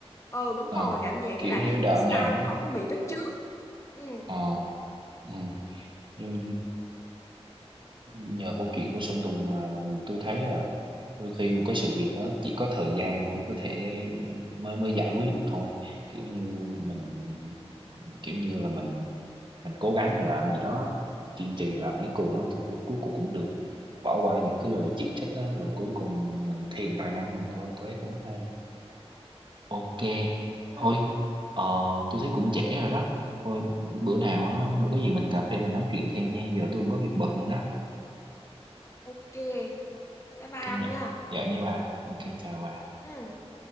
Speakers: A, on the left; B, on the right.
A: ờ đúng
B: ờ,
A: rồi đạo nhạc
B: kiểu
A: với lại
B: như đạo
A: cái style
B: nhạc
A: của
B: á
A: ổng bị bắt chước ừ
B: ờ ừ. nhưng nhờ câu chuyện của Sơn Tùng mà tôi thấy là đôi khi một cái sự việc đó chỉ có thời gian thôi có thể mới mới giải quyết được thôi kiểu như mình kiểu như là mình mình cố gắng mà làm gì đó kiên trì làm tới cùng á thì cuối cuối cùng cũng được bỏ qua những cái lời chỉ trích đó rồi cuối cùng mình thể hiện tài năng mình thôi tôi thấy cũng hay Ok,
A: ừ
B: thôi, ờ, tôi thấy cũng trễ rồi đó. Thôi, bữa nào á, mà có gì mình cà phê mình nói chuyện thêm nha. Giờ tôi cũng có việc bận rồi đó.
A: ok bye bye
B: Ok nè,
A: ông nha
B: vậy nha bà. Ok, chào bà.
A: ừ